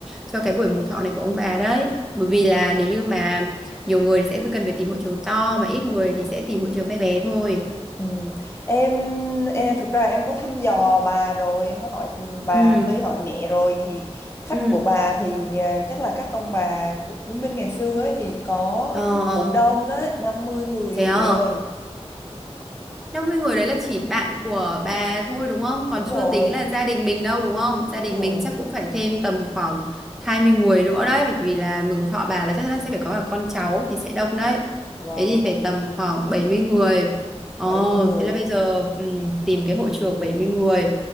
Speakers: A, in the centre; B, on the left.
A: Cho cái buổi mừng thọ này của ông bà đấy Bởi vì là nếu như mà nhiều người thì sẽ cần phải tìm hội trường to Mà ít người thì sẽ tìm hội trường bé bé thôi
B: ừ. Em, em thực ra em có thăm dò bà rồi, em có hỏi bà
A: Ừ
B: với hỏi mẹ rồi thì khách
A: Ừ
B: của bà thì à, chắc là các ông bà của chiến binh ngày xưa ấy thì có
A: Ờ
B: cũng đông đó, năm mươi người
A: Thế
B: á
A: à
B: chị ơi.
A: 50 người đấy là chỉ bạn của bà thôi đúng không? Còn
B: Đúng
A: chưa
B: rồi.
A: tính là gia đình mình đâu đúng không? Gia
B: Đúng
A: đình
B: rồi.
A: mình chắc cũng phải thêm tầm khoảng 20 người nữa đấy bởi vì là mừng thọ bà là chắc chắn sẽ phải có cả con cháu thì sẽ đông đấy.
B: Vâng.
A: Thế thì phải tầm khoảng 70 người. Ồ,
B: bảy mươi người
A: thế là bây giờ ừm, tìm cái
B: Ừ,
A: hội trường 70 người.